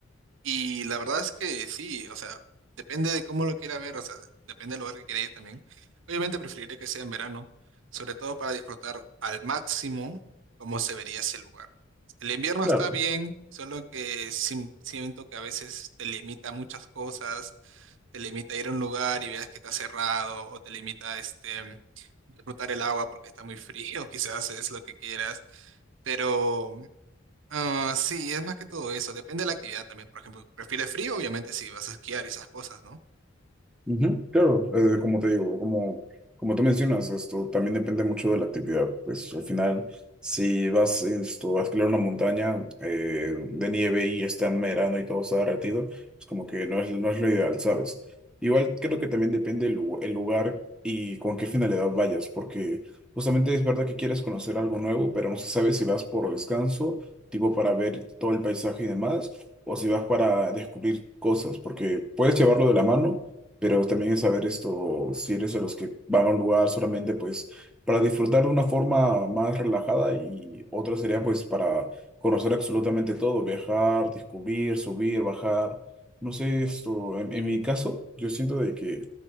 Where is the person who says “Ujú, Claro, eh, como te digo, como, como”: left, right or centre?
Centre